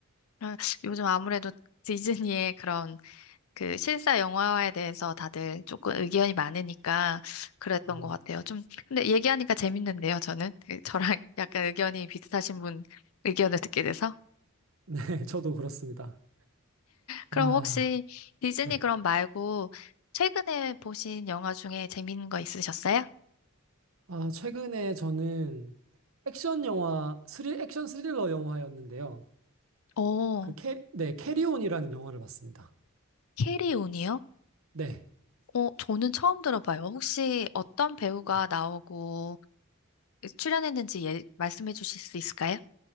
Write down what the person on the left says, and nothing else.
아, 요즘 아무래도 디즈니의 그런 그 실사 영화화에 대해서 다들 조금 의견이 많으니까 그랬던
것 같아요. 좀, 근데 얘기하니까 재밌는데요, 저는. 그 저랑 <laughs> 약간 의견이 비슷하신 분 의견을 듣게 돼서.
그럼
혹시 디즈니
그럼 말고 최근에 보신 영화 중에 재밌는 거 있으셨어요?
어,
캐리온이요?
어, 저는 처음 들어봐요. 혹시 어떤 배우가
나오고 출연했는지 예- 말씀해 주실 수 있을까요?